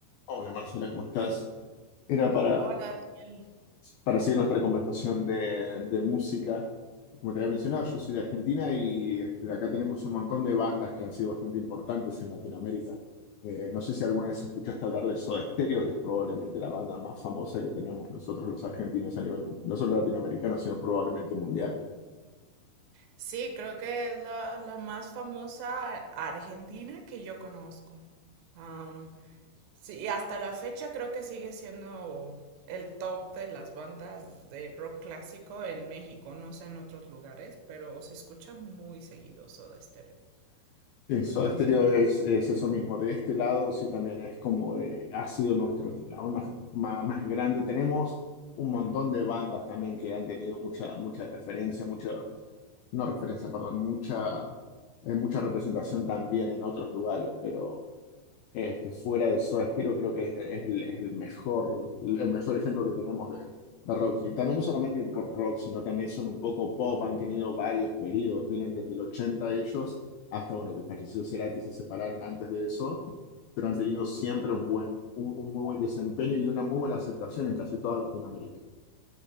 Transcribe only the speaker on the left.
Hola Marcela, ¿cómo estás? Era para,
para seguir nuestra conversación de, de música. Como te había mencionado, yo soy de Argentina y este, acá tenemos un montón de bandas que han sido bastante importantes en Latinoamérica. Eh, no sé si alguna vez escuchaste hablar de Soda Stereo, que es probablemente la banda más famosa que teníamos nosotros los argentinos a nivel, no solo latinoamericano, sino probablemente mundial.
Sí, Soda
Stereo
es, es eso mismo. De este lado, sí, también es como eh, ha sido nuestro lado más, más, más grande. Tenemos un montón de bandas también que han tenido mucha, mucha referencia, mucha, no referencia, perdón, mucha, eh, mucha representación también en otros lugares, pero este, fuera de Soda Stereo, creo que es, es el, es el mejor, el mejor ejemplo que tenemos de, de rock. Y también no solamente por rock, sino también son un poco pop, han tenido varios periodos, vienen desde el 80 ellos, hasta bueno, que falleció Cerati y se separaron antes de eso, pero han tenido siempre un buen, un, un muy buen desempeño y una muy buena aceptación en casi toda Latinoamérica.